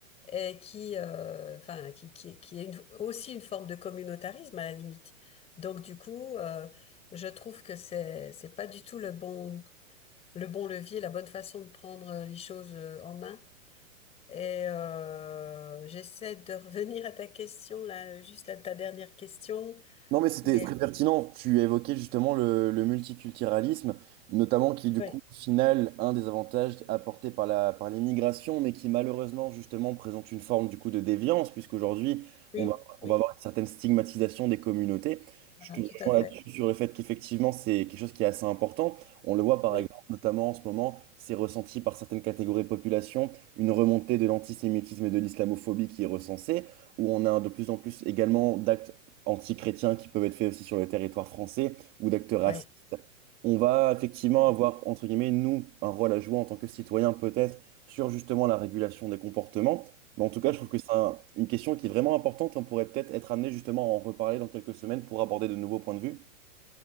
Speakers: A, on the left; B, on the right.
A: et qui, euh, enfin, qui, qui, qui est une- aussi une forme de communautarisme à la limite. Donc, du coup, euh, je trouve que c'est, c'est pas du tout le bon, le bon levier, la bonne façon de prendre euh, les choses euh, en main. Et euh, j'essaie de revenir à ta question, là, juste à ta dernière question.
B: Non, mais c'était
A: Mais
B: très pertinent. Tu évoquais justement le, le multiculturalisme, notamment qui est du
A: oui,
B: coup, au final, un des avantages apportés par la, par l'immigration, mais qui malheureusement, justement, présente une forme du coup de déviance, puisqu'aujourd'hui,
A: oui,
B: on va,
A: oui,
B: on va avoir une certaine stigmatisation des communautés.
A: voilà,
B: Je te rejoins
A: tout à fait.
B: là-dessus sur le fait qu'effectivement, c'est quelque chose qui est assez important. On le voit par
A: Oui,
B: exemple, notamment en ce moment, c'est ressenti par certaines catégories de population, une remontée de l'antisémitisme et de l'islamophobie qui est recensée, où on a de plus en plus également d'actes anti qui peuvent être faits aussi sur le territoire français ou d'actes racistes.
A: oui.
B: On va effectivement
A: Oui,
B: avoir, entre guillemets, nous, un rôle à jouer en tant que citoyens peut-être sur justement la régulation des comportements. Mais en tout cas, je trouve que c'est un- une question qui est vraiment importante. On pourrait peut-être être amené justement à en reparler dans quelques semaines pour aborder de nouveaux points de vue.